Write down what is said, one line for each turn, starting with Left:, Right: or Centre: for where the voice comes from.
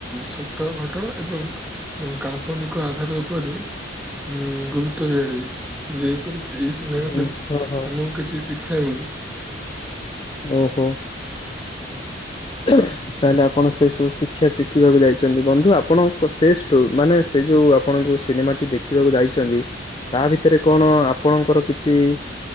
Centre: ସତ ଘଟଣା ଏବଂ ଉ କାଳ୍ପନିକ ଆଧାର ଉପରେ ଉଁ ଗୁରୁତ୍ୱ ଦିଆଯାଇଛି ଯେପରିକି ସିନେମାଠୁ
Left: ହୁଁ ହୁଁ ହଁ ହଁ
Centre: ଆମକୁ କିଛି ଶିକ୍ଷା ମିଳୁଛି
Left: ଓହୋ ହ <unintelligible> ତାହେଲେ ଆପଣ ସେ ସବୁ ଶିକ୍ଷା ଶିଖିବାକୁ ଯାଇଛନ୍ତି ବନ୍ଧୁ ଆପଣଙ୍କ ସେଶ ଠୁ ମାନେ ସେ ଯୋଉ ଆପଣ ଯୋଉ ସିନେମା ଟି ଦେଖିବାକୁ ଯାଇଛନ୍ତି ତା ଭିତରେ କଣ ଆପଣଙ୍କର କିଛି